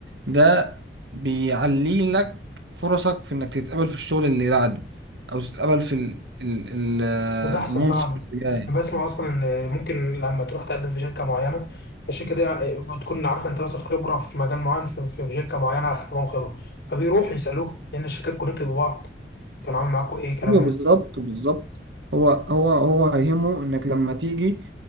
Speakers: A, on the right; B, on the left.
A: ده بيعلي لك فرصك في انك تتقبل في الشغل اللي بعده او تتقبل في ال- ال- ال-
B: بتحصل
A: المنصب
B: فعلا
A: اللي جاي
B: انا بسمع اصلا ان ممكن لما تروح تقدم في شركه معينه فالشركه دي بتكون عارفه انت مثلا خبره في مجال معين في في شركه معينه اخدت معاهم خبره فبيروحوا يسالوه لان الشركات كونكتد ببعض كان عامل معاكم ايه كلام
A: ايوه
B: من
A: بالظبط بالظبط هو هو هو هيهمه انك لما تيجي